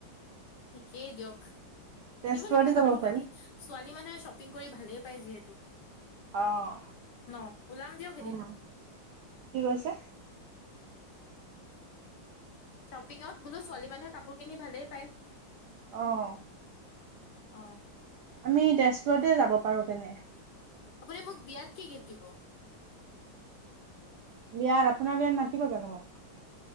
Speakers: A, on the left; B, on the right.
A: ঠিকেই দিয়ক
B: তেজপুৰতে
A: কিনিব লাগে
B: যাব
A: কাপোৰ কানি
B: পাৰি।
A: ছোৱালী- কী মানুহে শ্বপিং কৰি ভালেই পায় যিহেতু-
B: অহ
A: ন ওলাম দিয়ক এদিন
B: উম কি কৈছে
A: শ্বপিঙত বোলো ছোৱালী মানুহে কাপোৰ কিনি ভালেই পায়।
B: অহ
A: অ
B: আমি তেজপুৰতে যাব পাৰোঁ তেনে
A: আপুনি মোক বিয়াত কি গিফ্ট দিব?
B: বিয়াত আপোনাৰ বিয়াত মাতিব জানো মোক,